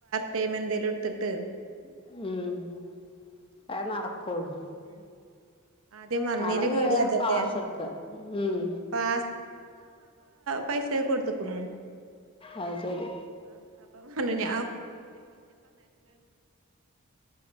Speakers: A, on the right; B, on the left.
A: ടേം എന്തേലും എട്ത്തിട്ട്
B: ഉം
A: ഉം ആദ്യം വന്നീന്റെ
B: അല്ലെങ്കി
A: കേട്
B: വേഗം പാസ് എടുക്ക ഉം
A: പ്പാ പൈസയൊക്കെ കൊടുത്ത്ക്ക്ണു
B: അത് ശരി
A: അ അപ്പ പറഞ്ഞ